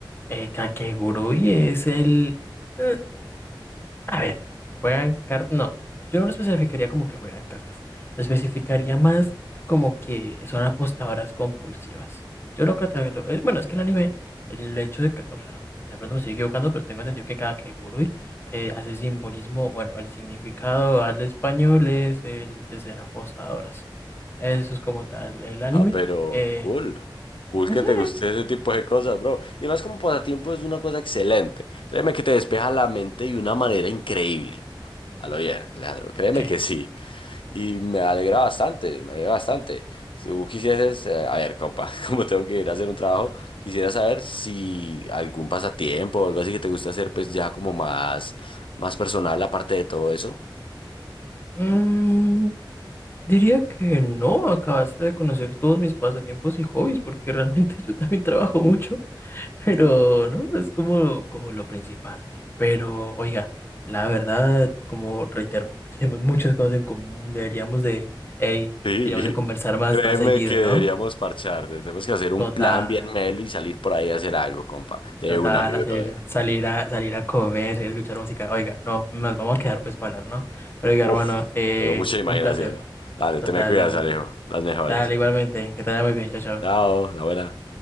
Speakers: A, on the left; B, on the left.
A: Eh, Kakegurui es el... eh, A ver, juegan cartas. No, yo no lo especificaría como que juegan cartas. Lo especificaría más como que son apostadoras compulsivas. Yo lo catalogo. eh, Bueno, es que el anime, el hecho de que. O sea, de pronto me estoy equivocando, pero tengo entendido que cada Kagurui eh, hace simbolismo. Bueno, el significado al español es el de ser apostadoras. Eso es como tal el anime.
B: Ah, pero
A: Eh,
B: cool. Cool que
A: sí,
B: te guste ese tipo de cosas, bro. Y más como pasatiempo es una cosa excelente. Créeme que te despeja la mente de una manera increíble. A lo bien, Alejandro. Créeme
A: sí.
B: que sí. Y me alegra bastante, me alegra bastante. Si tú quisieses, eh, a ver, compa, <laughs> como tengo que ir a hacer un trabajo, quisiera saber si algún pasatiempo o algo así que te gusta hacer, pues ya como más, más personal aparte de todo eso.
A: Mm, Diría que no, acabaste de conocer todos mis pasatiempos y hobbies, porque realmente <laughs> yo también trabajo mucho, pero no, es como, como lo principal. Pero, oiga, la verdad, como reitero, <laughs> tenemos muchas cosas en común, deberíamos de, hey,
B: Sí,
A: deberíamos de conversar más,
B: créeme
A: más seguido,
B: que deberíamos
A: ¿no?
B: parchar, tenemos que hacer un
A: Total,
B: plan bien melo y salir por ahí a hacer algo, compa, de
A: total,
B: una, mi
A: hacer,
B: brother.
A: salir a, salir a comer, ir a escuchar música. Oiga, no, nos vamos a quedar pues para hablar, ¿no? Pero, oiga,
B: Uf,
A: hermano, eh,
B: tengo mucha imaginación.
A: un placer,
B: Dale,
A: total,
B: te me cuidas,
A: un...
B: Alejo, las mejores.
A: Dale, igualmente, que te vaya muy bien, chao, chao.
B: Chao, la buena.